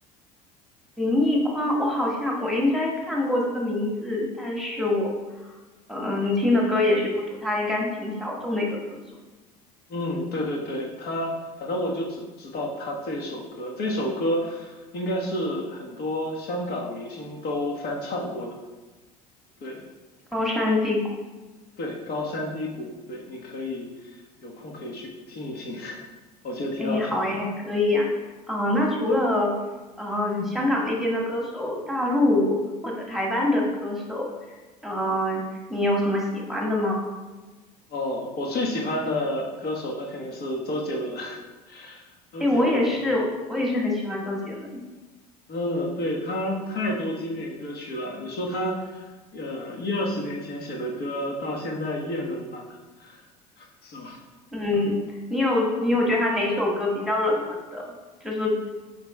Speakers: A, in the centre; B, on the left.
A: 林奕匡，我好像我应该看过这个名字，但是我嗯听的歌也许不多，他应该是挺小众的一个歌手。
B: <laughs> 嗯，对对对，他反正我就只知道他这首歌，这首歌应该是很多香港明星都翻唱过的。对
A: 高山低谷。
B: 对，高山低谷，对，你可以有空可以去听一听，<laughs> 我觉得挺好听的。
A: 诶，好耶，可以呀、啊。呃那除了嗯、香港那边的歌手，大陆或者台湾的歌手，呃，你有什么喜欢的吗？
B: 哦，我最喜欢的歌手那肯定是周杰伦了。<laughs> 周杰伦，
A: 诶，我也是，我也是很喜欢周杰伦。
B: 嗯，对，他太多经典歌曲了。你说他，呃，一二十年前写的歌，到现在依然能打，是吧？
A: 嗯，你有你有觉得他哪一首歌比较冷门的？就是